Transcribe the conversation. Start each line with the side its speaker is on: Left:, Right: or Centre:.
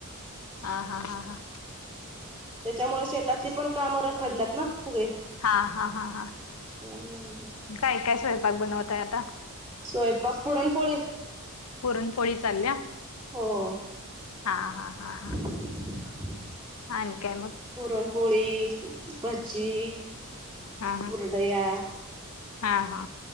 Left: हा हा हा हा
Right: त्यामुळे शेतातली पण कामं रखडल्यात ना सगळी
Left: हा हा हा हा
Right: हम्म
Left: काय काय स्वयंपाक बनवताय आता
Right: स्वयंपाक पुरण पोळी
Left: पुरणपोळी चालल्या
Right: हो
Left: हा हा हा हा
Right: <inaudible>
Left: आणि काय मग
Right: पुरणपोळी, भजी
Left: हा हा
Right: कुरडया
Left: हा हा